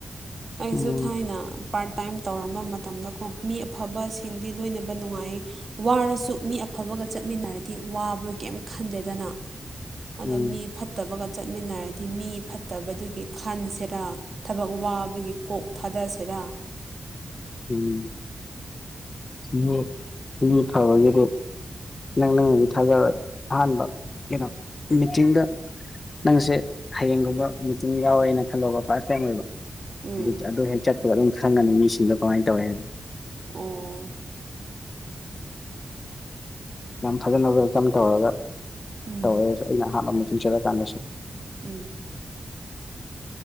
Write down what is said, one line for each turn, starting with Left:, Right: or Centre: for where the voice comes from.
Right: ꯑꯩꯁꯨ
Left: ꯎꯝ
Right: ꯊꯥꯏꯅ ꯄꯥꯔ꯭ꯠ ꯇꯥꯏꯝ ꯇꯧꯔꯝꯕ ꯃꯇꯝꯗꯀꯣ ꯃꯤ ꯑꯐꯕꯁꯤꯡꯗꯤ ꯂꯣꯏꯅꯕ ꯅꯨꯡꯉꯥꯏ ꯋꯥꯔꯁꯨ ꯃꯤ ꯑꯐꯕꯒ ꯆꯠꯃꯤꯟꯅꯔꯗꯤ ꯋꯥꯕ ꯀꯩꯝ ꯈꯟꯗꯦꯗꯅ ꯑꯗꯣ
Left: ꯎꯝ
Right: ꯃꯤ ꯐꯠꯇꯕꯒ ꯆꯠꯃꯤꯟꯅꯔꯗꯤ ꯃꯤ ꯐꯠꯇꯕꯗꯨꯒꯤ ꯈꯟꯁꯦꯔꯥ ꯊꯕꯛ ꯋꯥꯕꯒꯤ ꯀꯣꯛ ꯊꯥꯗꯑꯁꯤꯔꯥ
Left: ꯎꯝ ꯃꯤ ꯃꯤ ꯊꯥꯑꯣꯒꯦꯗ ꯅꯪ ꯅꯪꯅꯗꯤ ꯊꯥꯖꯔꯒꯦ ꯑꯍꯥꯟꯕ ꯀꯩꯅꯣ ꯃꯤꯇꯤꯡꯗ ꯅꯪꯁꯦ ꯍꯌꯦꯡꯒꯨꯝꯕ ꯃꯤꯆꯤꯡ ꯌꯥꯎꯔꯦꯅ ꯈꯜꯂꯣꯕ ꯐꯥꯔꯁ ꯇꯥꯏꯝ ꯑꯣꯏꯕ
Right: ꯎꯝ
Left: ꯑꯗꯨ ꯍꯦꯛ ꯆꯠꯄꯒ ꯑꯗꯨꯝ ꯈꯪꯒꯅꯤ ꯃꯤꯁꯤꯡꯗꯣ ꯀꯃꯥꯏꯅ ꯇꯧꯋꯦ ꯍꯥꯏꯗꯣ
Right: ꯑꯣ
Left: ꯌꯥꯝ ꯐꯖꯅ ꯋꯦꯜ ꯀꯝ ꯇꯧꯔꯒ
Right: ꯎꯝ
Left: ꯇꯧꯋꯦꯁꯨ ꯑꯩꯅ ꯑꯍꯥꯟꯕ ꯃꯤꯇꯤꯡ ꯆꯠꯂꯀꯥꯅꯗꯁꯨ
Right: ꯎꯝ